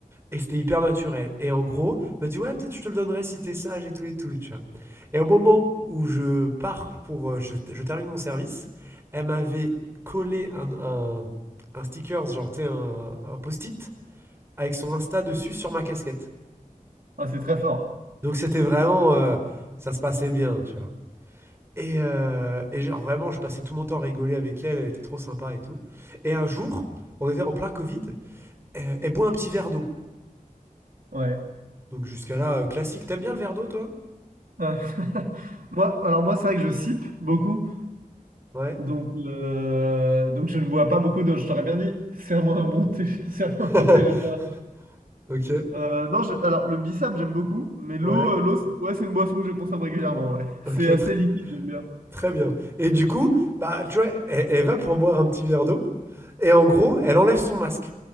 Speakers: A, on the right; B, on the right.
A: Et c'était hyper naturel. Et en gros, elle m'a dit ouais, peut-être je te le donnerai si t'es sage et tout et tout, tu vois. Et au moment où je pars pour, euh, je, je termine mon service, elle m'avait collé un, un, un sticker, genre, tu sais, un, un post-it avec son Insta dessus sur ma casquette.
B: Ah, c'est très fort.
A: Donc c'était vraiment, euh, ça se passait bien, tu vois. Et, euh, et genre vraiment, je passais tout mon temps à rigoler avec elle, elle était trop sympa et tout. Et un jour, on était en plein Covid, et elle boit un petit verre d'eau.
B: Ouais.
A: Donc jusqu'à là, euh, classique. T'aimes bien le verre d'eau, toi
B: Euh, <laughs> moi, alors moi, c'est vrai que je sipe beaucoup,
A: Ouais.
B: donc euh, donc je ne bois pas beaucoup d'eau. Je t'aurais bien dit, serre-moi un bon thé, <laughs> serre-moi
A: <laughs>
B: un thé, j'aime bien la
A: ok.
B: Euh, non, j'ai- alors le bissap, j'aime beaucoup, mais l'eau,
A: Ouais.
B: euh, l'eau, c'est- ouais, c'est une boisson que je consomme régulièrement. Ouais, <laughs>
A: Ok,
B: c'est assez
A: très,
B: liquide, j'aime bien.
A: très bien. Et du coup, bah, tu vois, elle, elle va pour boire un petit verre d'eau. Et en gros, elle enlève son masque.